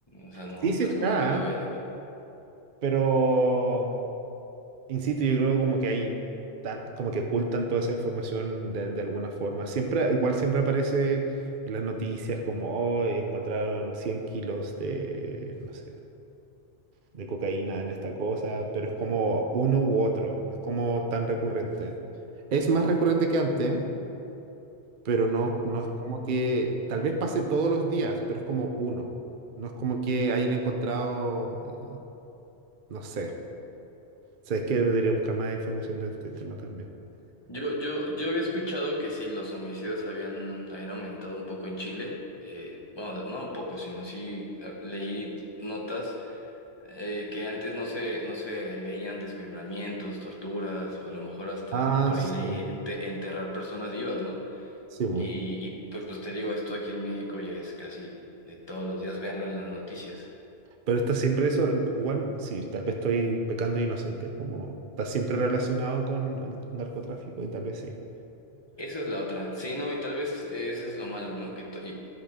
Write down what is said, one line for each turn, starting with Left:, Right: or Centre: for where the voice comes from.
Left: O sea, no,
Right: Sí, sí
Left: no
Right: está,
Left: es como que lo veas acá.
Right: pero... Insisto, yo creo como que hay, ta- como que ocultan toda esa información de, de alguna forma. Siempre, igual siempre aparece en las noticias como, oh, encontraron 100 kilos de, no sé, de cocaína en esta cosa, pero es como uno u otro, no es como tan recurrente. Es más recurrente que antes, pero no, no es como que, tal vez pase todos los días, pero es como uno. No es como que hayan encontrado, eh, no sé. O sea, es que debería buscar más información de este tema también.
Left: Yo, yo, yo había escuchado que sí, los homicidios habían, habían aumentado un poco en Chile. Eh, bueno, no un poco, sino sí eh, leí notas eh, que antes no se, no se veían desmembramientos, torturas, o a lo mejor hasta
Right: Ah,
Left: por
Right: sí,
Left: ahí leí ente- enterrar personas vivas, ¿no?
Right: sí.
Left: Y,
Right: mo.
Left: y pues, pues te digo, esto aquí en México ya es casi de todos los días verlo en las noticias.
Right: Pero está siempre eso, igual, sí, tal vez estoy pecando de inocente, como está siempre relacionado con el narcotráfico y tal vez sí.
Left: Esa es la otra. Sí, no, y tal vez eso es lo malo, ¿no? Que to- y-